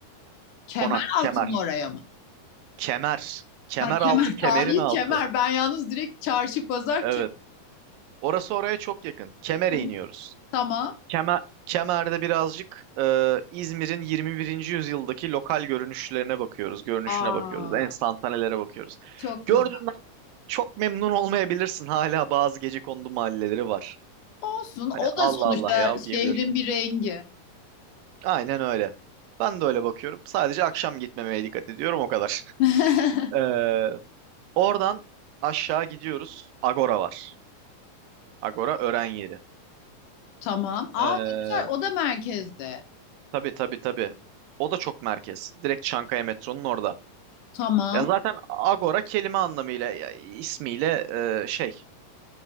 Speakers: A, on the left (about 75°); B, on the right (about 85°).
A: Kemer
B: Konak, Kemer.
A: altın oraya mı?
B: Kemer. Kemer
A: Ha kemer
B: altı, Kemer'in
A: tarihi
B: altı.
A: kemer. Ben yalnız direkt çarşı pazar
B: Evet. Orası oraya çok yakın. Kemer'e
A: kemer.
B: iniyoruz.
A: <laughs> Tamam.
B: Kemer, Kemer'de birazcık e, İzmir'in 21. yüzyıldaki lokal görünüşlerine bakıyoruz. Görünüşüne
A: Aa
B: bakıyoruz. Enstantanelere bakıyoruz.
A: çok
B: Gördüğünden
A: güzel.
B: çok memnun olmayabilirsin. Hala bazı gecekondu mahalleleri var.
A: Olsun.
B: Hani
A: O
B: Allah
A: da sonuçta
B: Allah ya diyebilirsin.
A: şehrin bir rengi.
B: Aynen öyle. Ben de öyle bakıyorum. Sadece akşam gitmemeye dikkat ediyorum o kadar. <laughs>
A: <laughs>
B: Ee, oradan aşağı gidiyoruz. Agora var. Agora öğren yeri.
A: Tamam. Aa
B: Ee,
A: ne güzel. O da merkezde.
B: tabii tabii tabii. O da çok merkez. Direkt Çankaya metronun orada.
A: Tamam.
B: Ya zaten Agora kelime anlamıyla ya ismiyle e, şey.